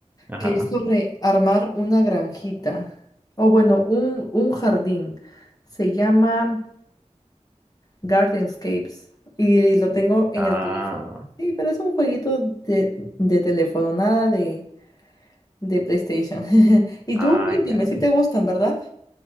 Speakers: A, on the right (about 15°); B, on the left (about 30°).
A: ajá.
B: que es sobre armar una granjita, o bueno, un, un jardín. Se llama Gardenscapes y lo tengo en
A: Ah,
B: el teléfono. Sí, pero es un jueguito de, de teléfono, nada de de PlayStation. <laughs> Y
A: ay,
B: tú, cuéntame,
A: Garden.
B: si te gustan, ¿verdad?